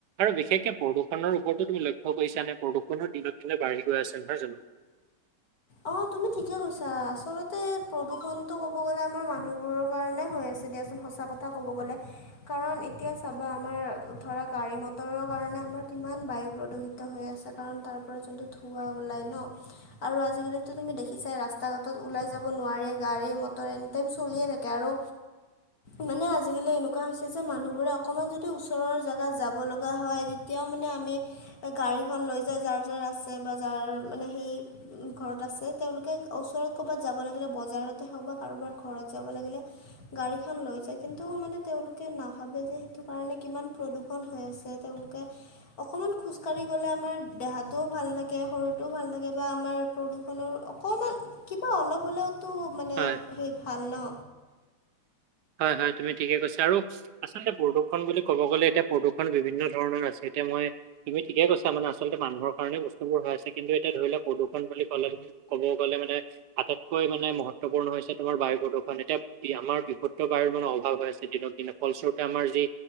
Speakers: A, on the right; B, on the left.
A: আৰু বিশেষকে প্ৰদূষণৰ ওপৰতো তুমি লক্ষ্য কৰিছা নে প্ৰদূষণৰ দিনত দিনে বাঢ়ি গৈ আছে নহয় জানো।
B: অ', তুমি ঠিকে কৈছা, আচলতে প্ৰদূষণটো ক'ব গ'লে আমাৰ মানুহবোৰৰ কাৰণে হৈ আছে দিয়া সঁচা কথা ক'ব গ'লে কাৰণ এতিয়া চাবা, আমাৰ ধৰা গাড়ী মটৰৰ কাৰণে আমাৰ কিমান বায়ু প্ৰদূষিত হৈ আছে, কাৰণ তাৰ পৰা যোনটো ধৱা ওলাই ন, আৰু আজিকালি টো তুমি দেখিছাই, ৰাস্তা ঘাটত ওলাই যাব নোৱাৰি, গাড়ী মটৰ এনি টাইম চলিয়ে থাকে আৰু
A: <inaudible>
B: মানে আজিকালি এনেকুৱা হৈছে যে মানুহবোৰে অকণমান যদি ওচৰৰ জেগাত যাব লগা হয়, তেতিয়াও মানে আমি গাড়ীখন লৈ যায়, যাৰ যাৰ আছে বা যাৰ মানে সেই, ঘৰত আছে। এই তেওঁলোকে ওচৰত ক'ৰবাত যাব লাগিলে বজাৰতে হওক বা কাৰোবাৰ ঘৰত যাব লাগিলে গাড়ী খন লৈ যায়, কিন্তু মানে তেওঁলোকে নাভাবে যে সেইটো কাৰণে কিমান প্ৰদূষ ষণ হৈ আছে, তেওঁলোকে অকণমান খোজকাঢ়ি গ'লে আমাৰ দেহাটোও ভাল, লাকে শৰীৰটোও ভাল থাকে, বা আমাৰ প্ৰদু খনৰ অকণমান, কিবা অলপ হ'লেওতো মানে
A: হয়।
B: সেই ভাল ন।
A: হয় হয় তুমি ঠিকে কৈছা আৰু আচলতে প্ৰদূৰ্ষণ বুলি ক'ব গ'লে এতিয়া প্ৰদূৰ্ষণ বিভিন্ন ধৰণৰ আছে এতিয়া মই তুমি ঠিকেছা মানে আচলতে মানুহৰ কাৰণে বসুৰ হৈ আছে কিন্তু এতিয়া ধৰিলে প্ৰদূষ বুলি কলে তুমি ক'ব গ'লে মানে আটাইতকৈ মানে মহত্বপূৰ্ণ হৈছে তোমাৰ বায়ু প্ৰদূৰণ এতিয়া আমাৰ বিহুত টো মানে অভাৱ হৈ আছে দিনক দিনে ফলস্বৰূপে আমাৰ যি